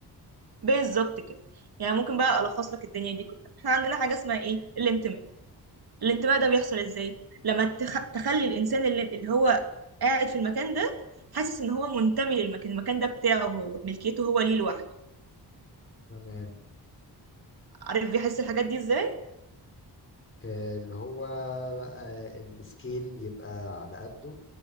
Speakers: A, on the right; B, on the left.
A: بالظبط كده يعني ممكن بقى الخص لك الدنيا دي كلها احنا عندنا حاجه اسمها ايه الانتماء الانتماء ده بيحصل ازاي لما تخ... تخلي الانسان اللي... اللي هو قاعد في المكان ده حاسس ان هو منتمي للمكان المكان ده بتاعه هو ملكيته هو ليه لوحده
B: تمام
A: عارف بيحس الحاجات دي ازاي
B: آه، اللي هو آه، السكيل يبقى على قده